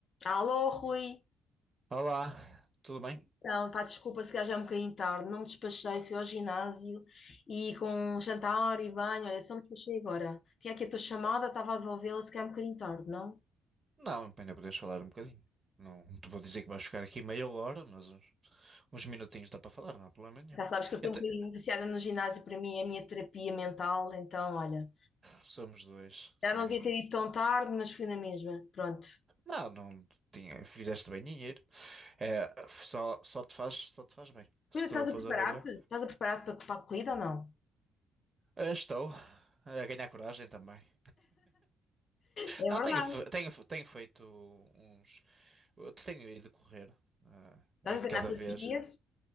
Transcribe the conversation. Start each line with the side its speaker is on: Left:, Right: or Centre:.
Left: Alô, Rui.
Right: Olá, tudo bem?
Left: Então, pá, desculpa se calhar já é um bocadinho tarde. Não me despachei, fui ao ginásio e com um jantar e banho. Olha, só me despachei agora. Tinha aqui a tua chamada, estava a devolvê-la, se calhar é um bocadinho tarde, não?
Right: Não, ainda podes falar um bocadinho. Não te vou dizer que vais ficar aqui meia hora, mas uns, uns minutinhos dá para falar, não há problema nenhum.
Left: Já sabes que eu sou
Right: E até-
Left: um bocadinho viciada no ginásio, para mim é a minha terapia mental. Então, olha,
Right: somos dois, somos
Left: já não devia
Right: dois.
Left: ter ido tão tarde, mas fui na mesma. Pronto.
Right: Não, não tinha, fizeste bem em ir. É, só, só te faz, só te faz bem. Se
Left: Rui, estás
Right: tu fores
Left: a preparar-te?
Right: a ver bem.
Left: Estás a preparar-te para para a corrida ou não?
Right: Eh, Estou a ganhar coragem também.
Left: É
Right: Não,
Left: verdade.
Right: tenho, fe- tenho, fe- tenho feito uns. eu Tenho ido correr.
Left: Estás
Right: eh,
Left: a treinar
Right: cada
Left: todos
Right: vez.
Left: os dias?